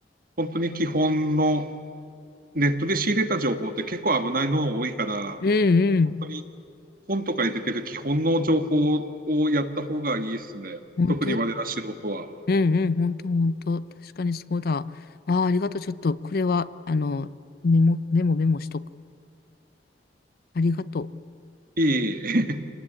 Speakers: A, on the right; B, on the left.
A: 本当に基本のネットで仕入れた情報って結構危ないの多いから、
B: うんうん。
A: 本当に本とかに出てる基本の情報をやった方がいいですね。
B: 本当、
A: 特に我ら素人は。
B: うんうん。本当本当。確かにそうだ。ああ、ありがとう。ちょっとこれは、あの、メモ、メモメモしとく。ありがとう。
A: いい。